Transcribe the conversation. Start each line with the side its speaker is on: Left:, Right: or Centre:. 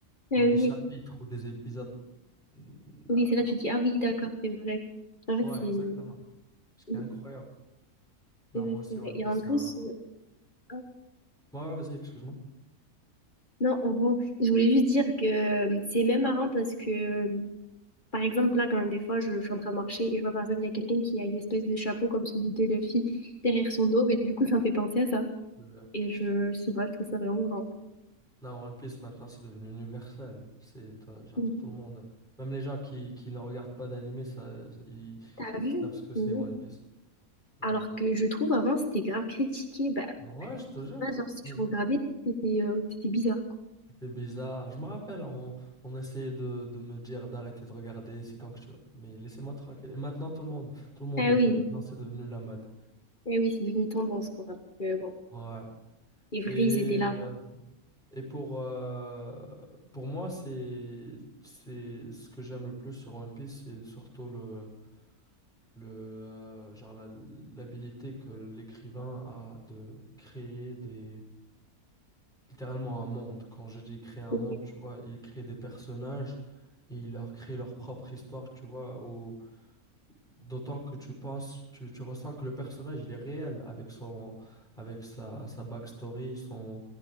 Left: Euh,
Centre: dans des
Left: oui.
Centre: chapitres ou des épisodes. Mm,
Left: Oui,
Centre: ah,
Left: c'est là
Centre: non.
Left: que tu dis, ah oui, d'accord, c'est vrai. En fait,
Centre: Ouais,
Left: c'est
Centre: exactement. Ce qui
Left: oui,
Centre: est incroyable. Non,
Left: c'est vrai,
Centre: moi aussi,
Left: c'est
Centre: One
Left: vrai. Et
Centre: Piece,
Left: en plus,
Centre: c'est un...
Left: euh, ah,
Centre: Ouais, ouais, vas-y, excuse-moi.
Left: non, oh, bon, je voulais juste dire que euh, c'est même marrant parce que, euh, par exemple, là, quand des fois, je, je suis en train de marcher et je vois, par exemple, il y a quelqu'un qui a une espèce de chapeau comme celui de Luffy derrière son dos, mais du coup, ça me fait penser à ça.
Centre: Genre,
Left: Et
Centre: putain.
Left: je, je sais pas, je trouve ça vraiment marrant.
Centre: Non, One Piece maintenant c'est devenu universel. C'est toi, genre
Left: Mhm.
Centre: tout le monde, même les gens qui, qui ne regardent pas d'anime, ça, ils, ils
Left: T'as vu?
Centre: savent ce que c'est
Left: Mais non.
Centre: One Piece. C'est
Left: Alors
Centre: devenu-
Left: que je trouve, avant, c'était grave critiqué. Bah,
Centre: Ouais, je te
Left: je sais
Centre: jure.
Left: pas, genre, si tu
Centre: Oui.
Left: regardais, c'était euh, c'était bizarre, quoi.
Centre: C'était bizarre. Je me rappelle, on, on essayait de, de me dire d'arrêter de regarder, c'est quand que tu veux. Mais laissez-moi tranquille. Et maintenant tout le monde, tout le monde
Left: Ah
Centre: le
Left: oui,
Centre: fait. Maintenant c'est devenu la mode.
Left: ah oui, c'est devenu tendance, quoi. Alors que, bon.
Centre: Ouais.
Left: C'est vrai,
Centre: Et,
Left: ils étaient là,
Centre: euh,
Left: avant.
Centre: et pour, euh, pour moi, c'est, c'est ce que j'aime le plus sur One Piece, c'est surtout le le euh, genre la- l'habilité que l'écrivain a de créer des littéralement un monde. Quand je dis créer un
Left: Oui,
Centre: monde, tu vois, il crée des personnages et il leur crée leur propre histoire, tu vois, au- d'autant que tu penses, tu, tu ressens que le personnage il est réel avec son avec sa, sa backstory, son